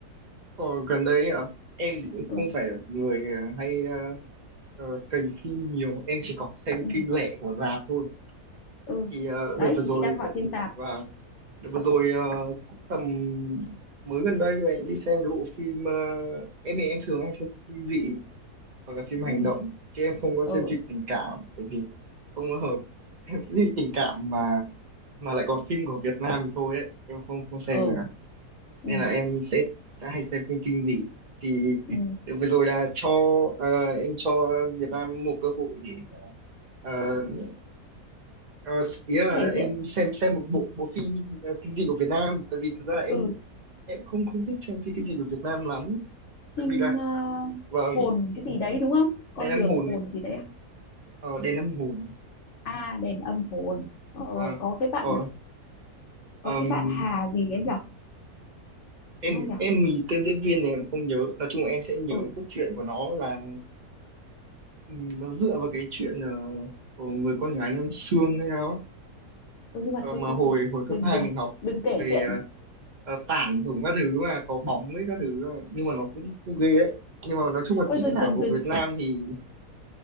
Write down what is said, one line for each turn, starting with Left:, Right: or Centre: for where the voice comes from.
Right: Ờ, gần đây à, em thì cũng
Left: ừ
Right: không phải là một người ờ, hay ờ, ờ, cày phim nhiều em chỉ có xem
Left: ừ
Right: phim lẻ của rạp thôi
Left: ừ
Right: thì ờ,
Left: đấy
Right: đợt vừa
Left: thì
Right: rồi
Left: chị đang hỏi
Right: có-
Left: phim tạp
Right: và đợt vừa rồi ờ, cũng tầm mới gần đây rồi em đi xem cái bộ phim ờ, em thì em thường hay xem phim dị hoặc là phim hành
Left: ừ
Right: động chứ em không có xem
Left: ừ
Right: phim tình cảm tại vì không có hợp <laughs> phim tình cảm mà mà lại còn phim của Việt Nam thì thôi đấy em không không xem
Left: ừ
Right: được à.
Left: ừ,
Right: nên là em sẽ sẽ hay xem phim kinh dị thì
Left: ừ.
Right: đợt vừa rồi là cho ờ, em cho Việt Nam một cơ hội để ờ, ờ, Ờ, ý là
Left: thể hiện
Right: em xem xem một bộ bộ phim ờ, kinh dị của Việt Nam tại vì thực ra là em
Left: ừ
Right: em không không thích xem phim kinh dị của Việt Nam lắm
Left: phim
Right: tại vì là
Left: ờ,
Right: vâng
Left: hồn cái gì đấy đúng không
Right: Đèn
Left: con
Right: Năm
Left: đường
Right: Hồn
Left: hồn
Right: ấy.
Left: gì đấy à
Right: ờ Đèn Năm Hồn
Left: À, đèn âm hồn ờ,
Right: vâng
Left: có cái bạn
Right: ờ
Left: à có
Right: ừm,
Left: cái bạn Hà gì ấy nhỉ
Right: em
Left: đúng không nhỉ
Right: em thì tên diễn viên này em không nhớ nói chung là em sẽ nhớ
Left: ừ,
Right: cốt truyện của nó là ừm, nó dựa vào cái chuyện ờ, của người con gái Nam Xương hay sao á.
Left: ừ nhưng mà
Right: Ờ,
Left: thôi
Right: mà
Left: thôi
Right: hồi
Left: thôi
Right: hồi cấp
Left: đừng
Right: 2
Left: đừng
Right: mình học
Left: đừng kể
Right: về
Left: chuyện
Right: ờ, ờ, tản đủ các thứ mà có bóng với các thứ mà. nhưng mà nó cũng, cũng ghê đấy nhưng mà nói chung là
Left: ôi
Right: kỹ
Left: dừng
Right: xảo
Left: dừng
Right: của
Left: dừng
Right: Việt Nam thì